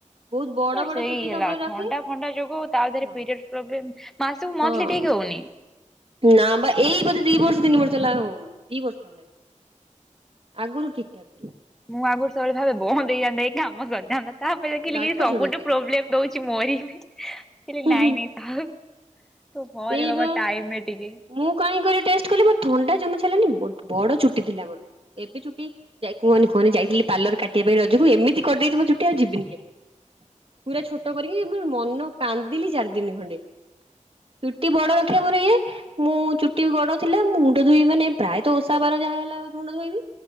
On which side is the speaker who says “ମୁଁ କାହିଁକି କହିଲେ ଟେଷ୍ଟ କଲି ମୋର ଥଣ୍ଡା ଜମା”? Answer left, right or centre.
Right